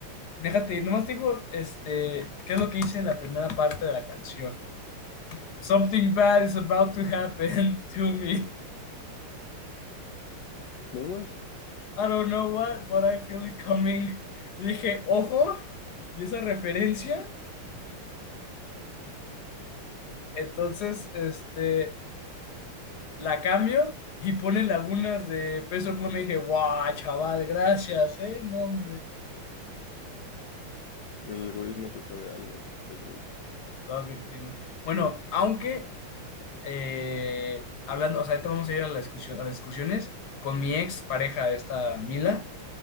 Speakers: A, on the left; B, on the left.
A: Déjate, nomás te digo, este, ¿qué es lo que hice en la primera parte de la canción? Something bad is about to happen to me.
B: Normal.
A: I don't know what, but I feel it coming. Dije, ojo, y esa referencia, entonces, este, la cambio y pone lagunas de peso pluma y dije, guau, chaval, gracias, eh, no, hombre,
B: El algoritmo te sabe algo, te digo.
A: me estaba advirtiendo. Bueno, aunque eh, hablando, o sea, ahorita vamos a ir a la discusión, a las discusiones con mi ex pareja, esta Mila,